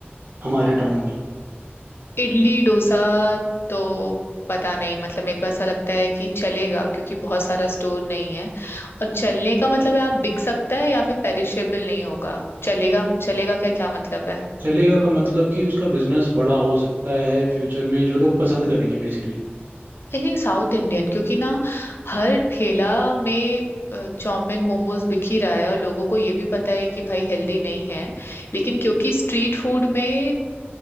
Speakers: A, on the right; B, on the left.
A: हमारे टाउन में
B: इडली डोसा तो पता नहीं मतलब मेरे को ऐसा लगता है कि चलेगा क्योंकि बहुत सारा स्टोर नहीं है और चलने का मतलब है आप बिक सकता है या फिर पेरिशेबल नहीं होगा चलेगा चलेगा क्या क्या मतलब है
A: चलेगा का मतलब कि उसका बिजनेस बड़ा हो सकता है फ्यूचर में जो लोग पसंद करेंगे बेसिकली
B: आई थिंक साउथ इंडियन क्योंकि ना हर ठेला में अ, चाउमीन मोमोज बिक ही रहा है और लोगों को ये भी पता है कि भाई हेल्दी नहीं है लेकिन क्योंकि स्ट्रीट फूड में